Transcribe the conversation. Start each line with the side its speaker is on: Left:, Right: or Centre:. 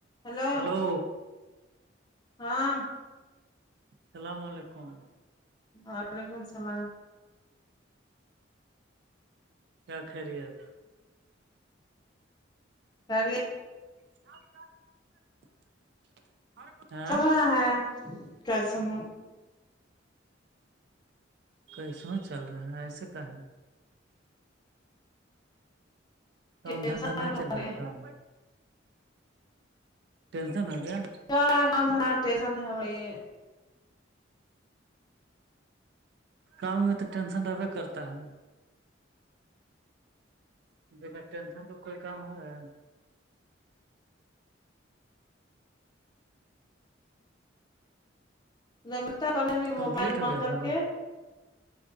Left: hello
Right: hello
Left: ہاں
Right: السلام علیکم
Left: وعلیکم السلام
Right: کیا خیریت
Left: سر
Right: <inaudible> ہاں
Left: چل رہاں ہے کیس ہوں
Right: کیسو چل رہا ہیں ایسے کہ کام
Left: ٹینشن
Right: دھندا نہیں
Left: خالی
Right: چل رہا ہے کام ٹینشن ہو گیا
Left: ن
Right: کام میں تو ٹینشن ڈبہ کرتا ہے بنا ٹینشن کا کوئی کام ہے
Left: رمتا بھی
Right: کمپلیٹ
Left: موبائل
Right: ہو
Left: بند
Right: گیا
Left: کر
Right: سارا
Left: کے